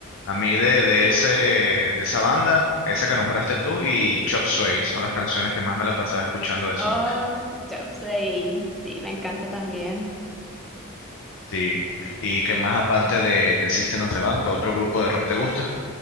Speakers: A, on the left (about 60°); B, in the centre.
A: A mí de, de ese, de esa banda, esa que nombraste tú y Chop Suey son las canciones que más me las pasaba escuchando de esos
B: Oh,
A: dos.
B: Chelsea. Sí, me encanta también.
A: Sí. ¿Y que más aparte de, de System of the Down, que otro grupo de rock te gusta?